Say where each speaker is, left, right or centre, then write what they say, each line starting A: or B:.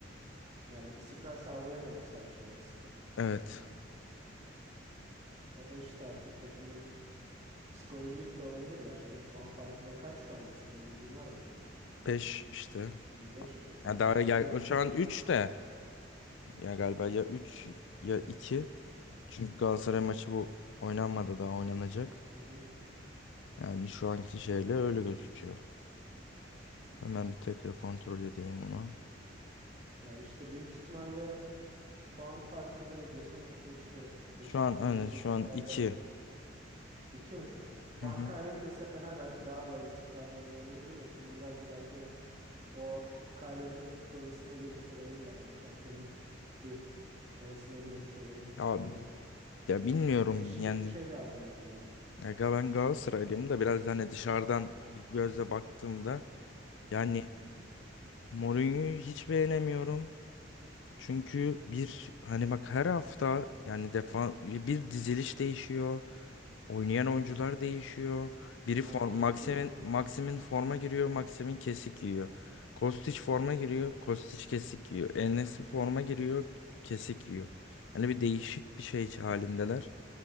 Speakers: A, on the right; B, on the left.
A: Yani istikrar sağlayamıyorlar saha içinde aslında.
B: Evet
A: O da işte artık takımın Psikolojik de olabilir ya. Şimdi puan farkı da kaç şu anda? Senin bilgin var mı?
B: beş işte.
A: beş mi? Bak
B: Ya daha
A: o
B: gel
A: da etkileyebilir
B: o şu an 3
A: işte.
B: de Ya galiba ya üç ya iki Çünkü Galatasaray maçı bu oynanmadı daha oynanacak.
A: Hı hı.
B: Yani şu anki şeyle öyle gözüküyor. Hemen bir tekrar kontrol edeyim onu.
A: Ya işte büyük ihtimalle puan farkı da geçen hafta işte geçen
B: Şu an hani
A: geçtiğimiz
B: şu
A: haftalarda
B: an iki
A: 2 mi şu an? Puan
B: Hı hı.
A: kaybetmese Fener belki daha da istikrarlı oynayabilirdi de şimdi biraz da belki de o kaybetme psikolojisine girmiş olabilirler. Yani şampiyonluk gitti havasına girmiş olabilir takım.
B: Ya,
A: Ondan
B: ya bilmiyorum
A: ateşleyecek
B: yani
A: bir şey lazım bence ya.
B: ya ga- ben Galatasaraylıyım da biraz hani dışarıdan bir gözle baktığımda yani
A: Evet.
B: Mourinho'yu hiç beğenemiyorum. Çünkü bir hani bak her hafta yani defa bir diziliş değişiyor. Oynayan oyuncular değişiyor. Biri
A: Aynen
B: form Maxim'in
A: çok değişik.
B: Maxim'in forma giriyor, Maxim'in kesik yiyor. Kostić forma giriyor, Kostić kesik yiyor. en forma giriyor, kesik yiyor. Yani bir değişik bir şey halindeler.